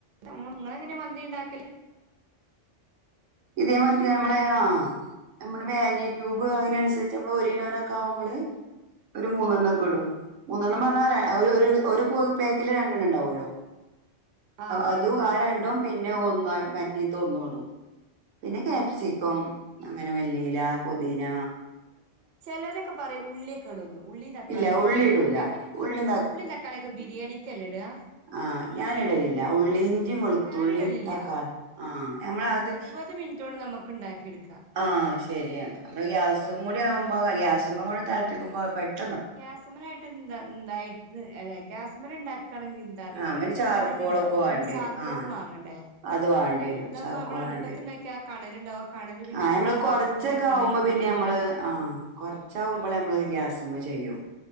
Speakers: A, on the right; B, on the right.
A: നിങ്ങ എങ്ങനെ മന്തി ഉണ്ടാക്കല്
B: ഇതേമാതിക്ക് <unintelligible> നമ്മളെ ആ നമ്മള് ഭംഗി <unintelligible> ൂബ് <unintelligible> അതിനനുസരിച്ച് നമ്മള് ഒരു കിലോയ്ക്ക് ആവുമ്പോള് ഒരു മൂന്നെണ്ണം ഒക്കെ ഇടും മൂന്നെണ്ണം പറഞ്ഞാൽ ഒരു പോക്കില് രണ്ടെണ്ണം ഉണ്ടാവൂല്ലോ
A: ആഹ് അതാണ്
B: അതും ആ രണ്ടും പിന്നെ ഒന്ന് മാറ്റി ഒന്നും ഇടും പിന്നെ ക്യാപ്സിക്കം അങ്ങനെ മല്ലിയില പൊതിയിന
A: ചെലരൊക്കെ പറിം ഉള്ളൊക്ക്യ ഇടും ഉള്ളി തക്കാളിയൊക്കെ
B: ഇല്ല ഉള്ളി
A: ഇട്ടിട്ടുണ്ടോക്കെ
B: ഇടൂല
A: എങ്ങനെ
B: ഉള്ളിയും
A: ഉള്ളി തക്കാളും തക്കാളി എക്കെ ബിരിയാണിക്കല്ലേ ഇടാ
B: ആഹ് ഞാൻ ഇടലില്ല ഉള്ളി ഇഞ്ചി വെളുത്തുള്ളിം
A: ഞാനിടലില്ല
B: തക്കാളി ആഹ് നമ്മൾ അത്
A: ഇരുപത് മിനിറ്റ് കൊണ്ട് നമുക്ക് ഉണ്ടാക്കി എടുക്കാം
B: ആഹ് ശെരി ആണ് നമ്മടെ ഗ്യാസും കൂടി ക്പോ <unintelligible> ഗ്യാസും കൂടെ തള്പ്പിക്കുമ്പോ പെട്ടെ
A: ഗ്യാസ് മലായിട്ട് എന്തായി അല്ലെ ഗ്യാസ് മെല് ഇണ്ടാക്കാൻ ങ്കി എന്താ അറ്യോ
B: ആ പിന്നെ ചാർക്കോളൊക്കെ
A: കാണല് ഇണ്ടാവുലെ. അമ്മള്
B: വേണ്ടി
A: പിന്നെ ചാർക്കോൺ
B: വരും ആ
A: വാങ്ങണ്ടെ വാങ്ങണ്ടേ
B: അത് വേണ്ടി വരും
A: ഇതാവുമ്പോ
B: ചാർക്കോൾ
A: നമ്മള് അടുപ്പത്ത്
B: വേണ്ടി വരും
A: ഇണ്ടാക്കി ആഹ് കണലുണ്ടാവും ആ കണല് പിന്നെ
B: ആ
A: നമ്മക്ക്
B: നമ്മള്
A: ഒരു
B: കൊറച്ചൊക്കെ
A: പാത്രത്തിലാക്ക്യാണ്ട്
B: ആവുമ്പോ
A: അയ്ക്ക് വെ
B: പിന്നെ നമ്മള് ആഹ് കൊറ്ച്ചകുമ്പള് നമ്മള് ഗ്യാസ്മ്മേ ചെയ്യും